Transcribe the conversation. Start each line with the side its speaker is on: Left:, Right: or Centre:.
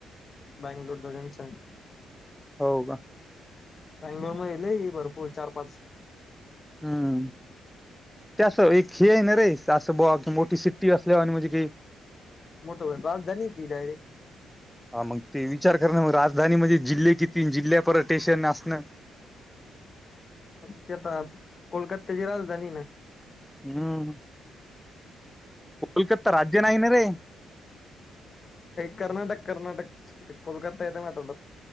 Left: बँंगलोर द जंक्शन
Centre: हो का
Left: बंग्लोर मध्ये लई भरपूर चार पाच
Centre: हम्म. ते असं एक हे य ना रे असं बा की मोठी सिट्टी असल्या वानी म्हणजे की
Left: मोठो व्हायला पाहिजे होत कनी ती डायरेक्ट
Centre: हा मग ते विचार करण मग राजधानी मध्ये जिल्हे किती जिल्ह्यापर्टेशन असणं
Left: ते आता कोलकातत्याची राजधानी ना.
Centre: हम्म. कोलकता राज्य नाही ना रे.
Left: का कर्नाटक कर्नाटक कोलकता येत मा तोंडात.